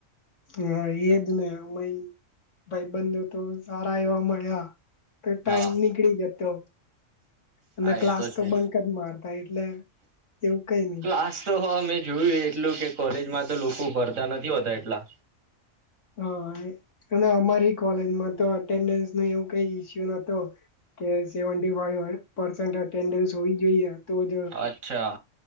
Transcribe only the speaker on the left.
હા એજ ને મઈ ભાઈબંધ તો સારા એવા મળ્યા. તો ટાઈમ
નીકળી જતો, અને
ક્લાસ
તો
બંકજ માર તા એટલે એવું કઈ નહિ
હને અને અમારી કોલેજમાં તો અટેન્ડન્સ નુ એવું કઈ ઈસ્યુ નતો કે સેવંતી ફાઈવ પાસેંટ અટેન્ડન્સ હોવી જોઈએ. તો જ